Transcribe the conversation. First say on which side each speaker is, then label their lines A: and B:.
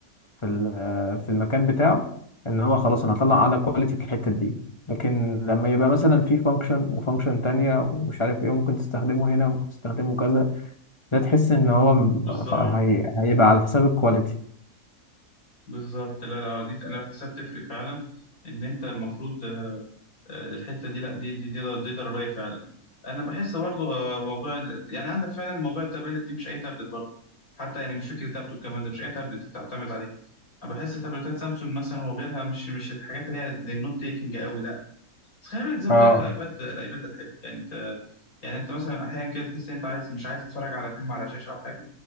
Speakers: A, on the left (about 20°); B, on the left (about 60°).
A: في ال- آه، في المكان بتاعه إن هو خلاص أنا هطلع أعلى كواليتي في الحتة دي لكن لما يبقى مثلا في فانكشن وفانكشن تانية ومش عارف ايه ممكن تستخدمه هنا وممكن تستخدمه كذا ده تحس ان هو م-
B: بالظبط
A: خ- هي- هيبقى على حساب الكواليتي
B: بالظبط لا لا دي أنا بحسها بتفرق فعلا إن أنت المفروض آه، الحتة دي لا دي دي دي, دي ضرورية فعلا أنا بحس برضو آه، موضوع ال... يعني عندك فعلا موضوع التابلت دي مش أي تابلت برضو حتى يعني مش فكرة لابتوب كمان ده مش أي تابلت أنت بتعتمد عليه أنا بحس تابلتات سامسونج مثلا وغيرها مش مش الحاجات اللي هي للنوت تيكنج قوي لا بس خلي بالك زي ما
A: اه
B: بقول لك الايباد الايباد ده حلو يعني انت يعني انت مثلا احيانا كده تحس ان انت عايز مش عايز تتفرج على فيلم على شاشه او حاجه